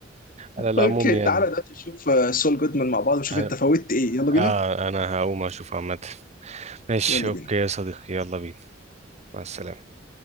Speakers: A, on the right; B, on the left.
A: على العموم
B: اوكي
A: يعني
B: تعالى دلوقتي نشوف آه، سول جودمان مع بعض ونشوف
A: انا
B: انت فوتت ايه يلا بينا
A: آه انا هقوم اشوف عامة ماشي
B: يلا
A: اوكي
B: بينا
A: يا صديقي يلا بينا مع السلامة